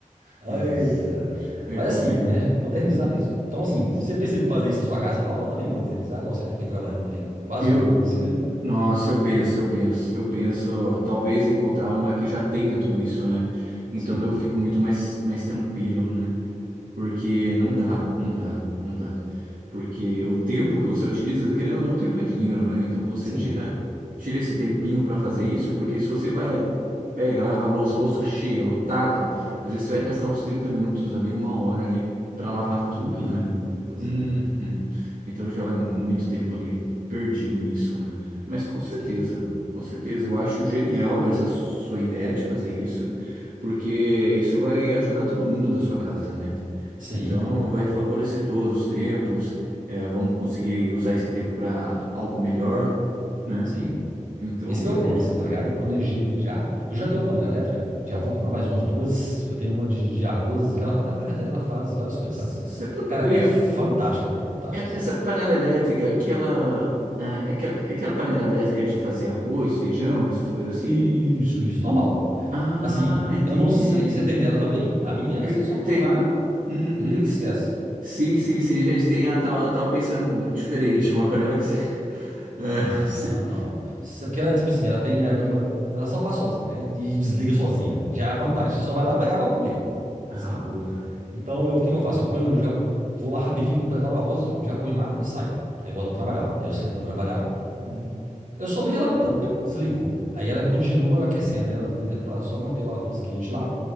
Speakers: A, on the right (about 75°); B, on the right (about 80°).
A: Eita.
B: Nossa, é
A: Mas
B: complicado.
A: assim, né? Modernizar
B: Uhum.
A: mesmo. Então, assim,
B: Sim.
A: você precisa fazer isso na sua casa nova também, modernizar, igual você fica trabalhando também, quase
B: Eu,
A: como eu, assim, né?
B: Nossa, eu penso, eu penso, eu penso, talvez encontrar uma que já tenha tudo isso, né? Então
A: Sim,
B: eu fico muito mais, mais tranquilo, né? Porque não dá, não dá, não dá. Porque o tempo que você utiliza, querendo ou não, tempo é dinheiro, né? Então você
A: sim,
B: tira, tira esse tempinho para fazer isso, porque se você vai, pega, lava a louça, louça cheia, lotada, às vezes
A: sim.
B: você vai gastar uns 30 minutos ali, uma hora ali, para lavar tudo,
A: No mínimo,
B: né?
A: pois
B: Uhum.
A: é.
B: Então já vai muito tempo ali perdido nisso, né? Mas com certeza,
A: Sim,
B: com certeza. Eu acho genial essa sua ideia de fazer isso, porque isso vai ajudar todo mundo da sua casa, né?
A: sim,
B: Então, vai favorecer todos os tempos, eh, vamos conseguir usar esse tempo para algo melhor, né?
A: sim.
B: Então,
A: Esse é meu
B: vai
A: plano,
B: ajudar.
A: assim, tá ligado? Eu planejei ali já. Eu já tenho uma panela elétrica, já vou comprar mais umas duas. Eu tenho uma de, de arroz, que ela, fa- ela, na realidade, ela faz várias coisas,
B: S-
A: sabe?
B: Você poderia.
A: Cara, é fantástico, velho, fantástico,
B: e-
A: assim.
B: Essa panela elétrica, aquela. ah, É aquela, é aquela panela elétrica de fazer arroz, feijão, essas coisas assim?
A: Isso, isso, normal.
B: Ah,
A: Assim,
B: entendi.
A: eu não sei, você tem dela também? A minha,
B: Que,
A: você só
B: que
A: põe
B: tem.
A: lá,
B: Uhum.
A: e liga
B: s-
A: e esquece.
B: Sim, sim, sim. A gente tem. Ah, tava, tava pensando muito diferente. Uma panela que. você- <laughs> É,
A: Não,
B: se-
A: não, não. Se- Porque ela, é tipo assim, ela tem, é, como, ela só faz sozinha, né? E desliga
B: Hum.
A: sozinha. Já é a vantagem. Você só vai lá pegar, vai comer,
B: Ah,
A: assim.
B: boa.
A: Então, eu, o que que eu faço? Eu ponho, eu já vou lá rapidinho, preparo o arroz, já ponho lá e saio. Aí eu volto pra trabalhar. Aí eu sento pra trabalhar.
B: Hum,
A: Eu só vejo ela apitando, pip, desligou. Aí ela continua aquecendo, né? Ela liga pra só manter o arroz quente lá.